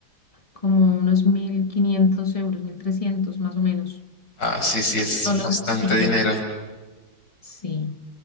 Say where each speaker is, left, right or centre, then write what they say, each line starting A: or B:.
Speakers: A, on the left; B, on the left.
A: como unos mil quinientos euros, mil trescientos más o menos.
B: Ah, sí, sí, es
A: No los
B: bastante
A: tiquetes,
B: dinero.
A: sí.